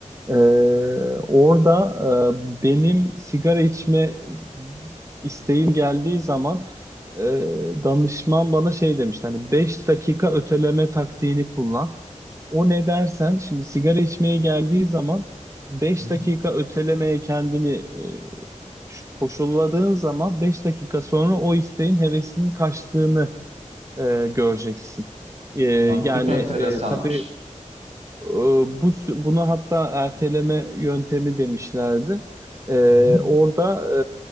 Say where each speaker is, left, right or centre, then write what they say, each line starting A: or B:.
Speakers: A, on the right (about 25°); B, on the right (about 55°).
A: E, orada e, benim sigara içme isteğim geldiği zaman e, danışman bana şey demişti hani 5 dakika öteleme taktiğini kullan. O ne dersen şimdi sigara içmeye geldiği zaman beş
B: Hı hı.
A: dakika ötelemeye kendini e, şu- koşulladığın zaman 5 dakika sonra o isteğin hevesinin kaçtığını e, göreceksin. E,
B: Lan
A: yani
B: Çok enteresanmış.
A: e, tabii ee, Bu sü- buna hatta erteleme yöntemi demişlerdi. Ee,
B: Hı hı,
A: orada